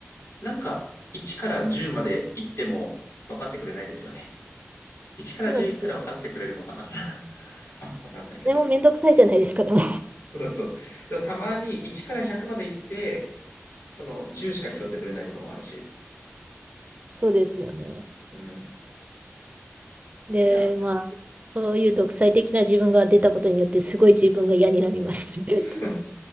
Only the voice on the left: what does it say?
なんか、1から10まで行っても分かってくれないですよね。1から10行ったら分かってくれるのかな
<laughs> 分かんないけど。
そうそう。だからたまに1から100まで行って、その10しか拾ってくれないこともあるし。
うん。
いや、
す